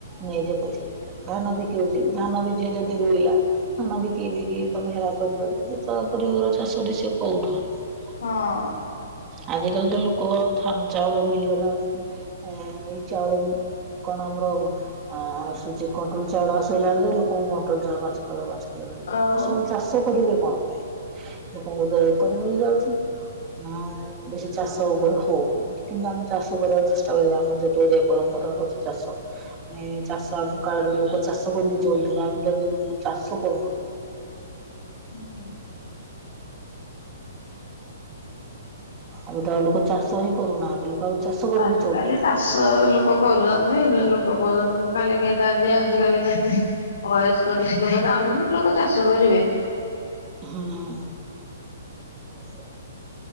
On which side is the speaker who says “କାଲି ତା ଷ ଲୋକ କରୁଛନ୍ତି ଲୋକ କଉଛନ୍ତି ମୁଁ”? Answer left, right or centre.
Left